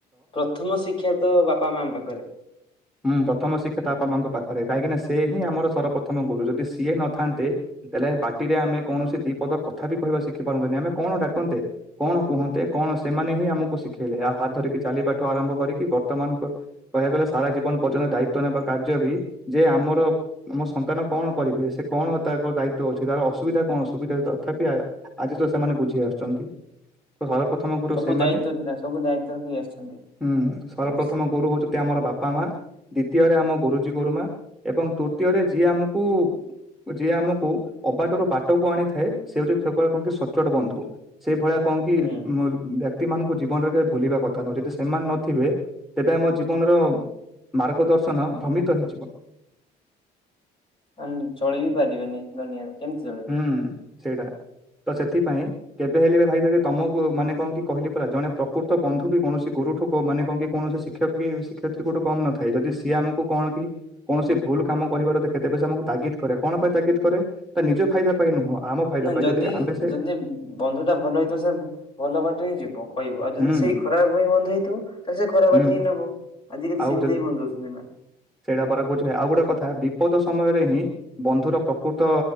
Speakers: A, on the left; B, in the centre.
A: ପ୍ରଥମ ଶିକ୍ଷା ତ ବାପା ମାଙ୍କ ପାଖରେ।
B: ହ ହୁଁ ପ୍ରଥମ ଶିକ୍ଷା ତ ବାପା ମାଙ୍କ ପାଖରେ କାହିଁକି ନା ସେ ହିଁ ଆମର ସର୍ବପ୍ରଥମ ଗୁରୁ ଯଦି ସିଏ ନଥାନ୍ତେ। ତାହେଲେ ପାଟିରେ ଆମେ କୌଣସି ଦି ପଦ କଥା ବି କହିବା ଶିଖି ପାରନ୍ତେନି ଆମେ କଣ ଡାକନ୍ତେ। କଣ କୁହନ୍ତେ କଣ ସେମାନେ ହିଁ ଆମକୁ ଶିଖେଇଲେ ଆଉ ହାତ ଧରିକି ଚାଲିବାଠୁ ଆରମ୍ଭ କରିକି ବର୍ତ୍ତମାନ ପ କହିବାକୁ ଗଲେ ସାରା ଜୀବନ ପର୍ଯ୍ୟନ୍ତ ଦାୟିତ୍ବ ନେବା କାର୍ଯ୍ୟ ବି ଯେ ଆମର ଆମ ସନ୍ତାନ କଣ କରିବେ ସେ କଣ ତାଙ୍କ ଦାୟିତ୍ଵ ଅଛି। ତାର ଅସୁବିଧା କଣ ସୁବିଧା ତଥାପି ଆ ଆଜି ତ ସେମାନେ ବୁଝି ଆସୁଚନ୍ତି। ତ ସର୍ବପ୍ରଥମ ଗୁରୁ
A: ସବୁ
B: ସେମାନେ
A: ଦାୟିତ୍ୱ ଥିଲା ସବୁ ଦାୟିତ୍ୱ ରଖି ଆସିଛନ୍ତି।
B: ହୁଁ ସର୍ବପ୍ରଥମ
A: ଇସ୍,
B: ଗୁରୁ ହୋଉଚ ନ୍ତି ଆମର ବାପା ମା ଦ୍ଵିତୀୟରେ ଆମ ଗୁରୁଜୀ ଗୁରୁମା ଏବଂ ତୃତୀୟରେ ଯିଏ ଆମକୁ ଯିଏ ଆମକୁ ଅବାଟର ବାଟକୁ ଆଣିଥାଏ ସେ ହୋଉଚି <unintelligible> କୁହନ୍ତି ସଚ୍ଚୋଟ ବନ୍ଧୁ। ସେ ଭଳିଆ କଣ କି
A: ହୁଁ
B: ବ୍ୟକ୍ତି ମାନଙ୍କୁ ତାକୁ ଜୀବନରେ କେବେ ଭୁଲିବା କଥା ନୁହଁ। ଯଦି ସେମାନେ ନଥିବେ ତେବେ ଆମ ଜୀବନର ମାର୍ଗଦର୍ଶନ ଭ୍ରମିତ ହେଇଯିବ।
A: ଆମେ ଚଳି ବି ପାରିବାନି ଦୁନିଆରେ କେମିତି ଚଳିବା।
B: ହୁଁ ସେଇଟା ତ ସେଥିପାଇଁ କେବେ ହେଲେ ଭାଇ ଦେଖେ ତମକୁ ମାନେ କଣ କି କହିଲି ପରା ଜଣେ ପ୍ରକୃତ ବନ୍ଧୁ ବି କୌଣସି ଗୁରୁଠୁ କୋ ମାନେ କଣ କି କୌଣସି ଶିକ୍ଷକ ବି ଶିକଷୟିତ୍ରୀ କଠୁ କମ ନଥାଏ। ଯଦି ସିଏ ଆମକୁ କଣ କି କୌଣସି ଭୁଲ କାମ କରିବାର ଦେଖେ ତେବେ ସେ ଆମକୁ ତାଗିଦ କରେ କଣ ପାଇଁ ତାଗିଦ କରେ। ତା ନିଜ ଫାଇଦା ପାଇଁ ନୁହଁ। ଆମ ଫାଇଦା
A: ନାଁଇ
B: ପାଇଁ
A: ଯଦି
B: ଆମେ ସେ
A: ଯଦି ବନ୍ଧୁଟା ଭଲ ହେଇଥିବ ସାର୍। ଭଲ ବାଟରେ ଯିବ କହିବୁ ଆଉ ଯଦି
B: ହୁଁ
A: ସେଇ ଖରାପ <unintelligible> ବନ୍ଧୁ ହେଇଥିବ ତାହେଲେ ସେ ଖରାପ
B: ହୁଁ
A: ବାଟରେ ହିଁ ନବ ଆଜିକାଲି
B: ଆଉ
A: ସେମିତି
B: ଯଦି
A: ହି ବନ୍ଧୁ ହୋଉଚନ୍ତି ନା।
B: ସେଇଟା ପରା କୋହୁଚି ଭାଇ ଆଉ ଗୋଟେ କଥା ବିପଦ ସମୟରେ ହିଁ ବନ୍ଧୁର ପ୍ରକୃତ